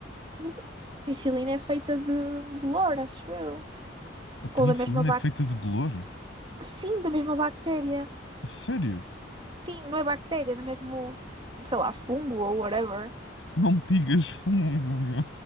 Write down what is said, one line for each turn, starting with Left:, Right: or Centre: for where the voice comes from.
Right: Porque a Penicilina é feita de um bolor, acho eu.
Left: A penicilina
Right: Ou da mesma bactéria.
Left: é feita de bolor?
Right: Sim, da mesma bactéria.
Left: A sério?
Right: Sim, não é bactéria, é mesmo, sei lá, fungo ou whatever.
Left: Não digas fungo, meu.